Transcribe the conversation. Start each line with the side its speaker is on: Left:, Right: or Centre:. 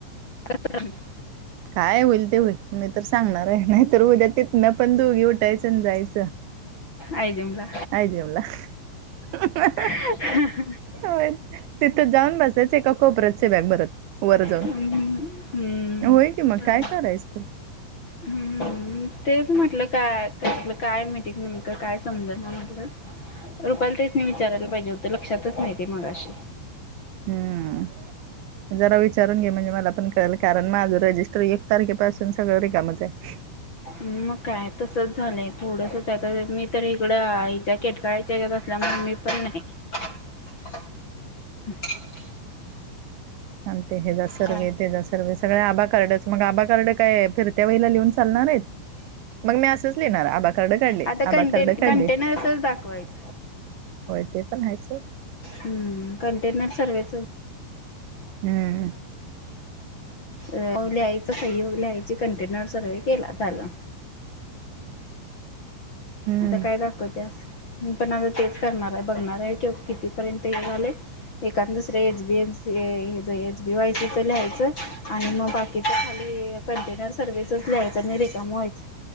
Left: असुरम <unintelligible>
Right: काय होईल ते होईल मी तर सांगणार आहे नाही तर उद्या तिथनं पण दुघी उठायचं आणि जायचं
Left: आयजमला
Right: आयजमला हा हा
Left: <inaudible>
Right: होय तिथं जाऊन बसायचं ए का कोपऱ्यात शिराय बरं वर जाऊन
Left: हम्म
Right: होय की मग
Left: चाल
Right: काय करायचं तर
Left: हम्म तेच म्हटलं काय त्यातलं काय मिटिंग नेमकं काय समजना म्हटलं रूपाली ताईसनी विचारायला पाहिजे होत लक्षातच नाही ते मगाशी
Right: हम्म जरा विचारून घे म्हणजे मला पण कळेल कारण माझं रजिस्टर एक तारखेपासून सगळं रिकामच आहे
Left: मग काय तसच झालंय थोडस <inaudible> मी तर इकडं हिच्या केटकाळच्या हयाच्यात असल्यामुळे मी <inaudible>
Right: <inaudible>
Left: <inaudible>
Right: आणि ते हेजा सर्वे
Left: काय
Right: तेज स सगळया आबा कार्डच मग आबा कार्ड काय फिरत्या वेळेला लिहून चालणार आहेत मग मी असंच लिहिणार आबा कार्ड काढले
Left: आता
Right: आबा
Left: कंटेन
Right: कार्ड काढले
Left: कंटेनर्सच दाखवायचं
Right: होय ते पण आहे सोड
Left: हम्म कंटेनर सर्वेच
Right: हम्म
Left: मग लिहायच सही लिहायची कंटेनर सर्व केला झालं
Right: हम्म
Left: आता काय दाखवत्यास पण आता तेच करणार आहे बघणार आहे की कितीपर्यंत हे झाले एका दुसरे एचबीएफस ते हेच एच बीवायसी ते लिहायचं आणि मग बाकीच खाली कंटेनर सर्वेचच लिहायचं, आणि रिकाम व्हायचं.